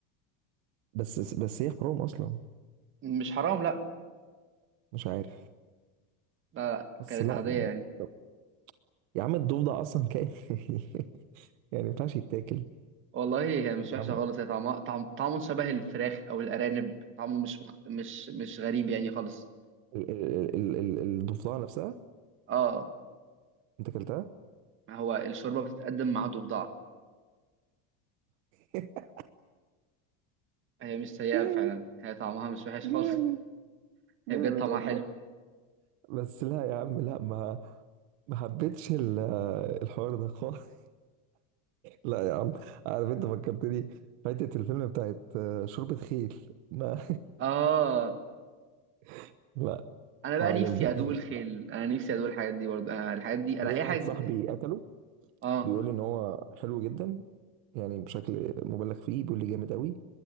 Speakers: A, on the right; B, on the right.
A: بس بس هي حرام اصلا
B: مش حرام لا
A: مش عارف
B: لا, لا.
A: بس
B: كانت
A: لا
B: عاديه
A: يعني
B: يعني
A: طب يا عم الضفدع اصلا كائن <laughs> يعني ما ينفعش يتاكل
B: والله هي مش وحشه
A: عم-
B: خالص هي طعمها طعم طعمه شبه الفراخ او الارانب طعمه مش مخ... مش مش غريب يعني خالص
A: ال- ال- ال- ال- الضفدعة نفسها
B: اه
A: انت اكلتها
B: ما هو الشوربه بتتقدم مع ضفدع
A: <laughs>
B: هي مش سيئه
A: جامد
B: فعلا هي طعمها مش وحش خالص
A: جامد
B: هي
A: جامد
B: بجد طعمها
A: والله
B: حلو
A: بس لا يا عم لا ما ما حبيتش ال- الحوار ده خالص لا يا عم عارف انت فكرتني فاتت الفيلم بتاعت آه، شوربة خيل ما
B: اه
A: <laughs> لا
B: انا بقى
A: ما عجبنيش
B: نفسي ادوق الخيل انا نفسي ادوق الحاجات دي برضه انا الحاجات دي انا
A: ليه
B: اي
A: واحد
B: حاجه
A: صاحبي قتله
B: اه
A: بيقول لي ان هو حلو جدا يعني بشكل مبالغ فيه بيقول لي جامد قوي